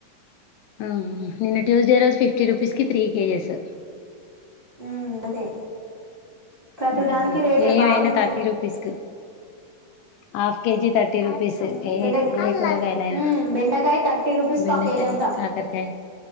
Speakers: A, on the left; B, on the right.
A: అ నేను ట్యూస్డే రోజు ఫిఫ్టీ రూపీస్కి త్రీ కేజెస్
B: ఉమ్ అదే ప్రతి
A: ఉమ్
B: దానికి రేటే
A: ఏవైనా
B: బాగున్నాయి
A: థర్టీ రూపీస్కు ఆ కేజీ థర్టీ రూపీస్ ఏ ఏ
B: బెండ
A: కూరకాయలుయినా
B: ఉమ్ బెండకాయ థర్టీ రూపీస్
A: బెండకాయ
B: కా కేజీ అంట
A: కాకరకాయ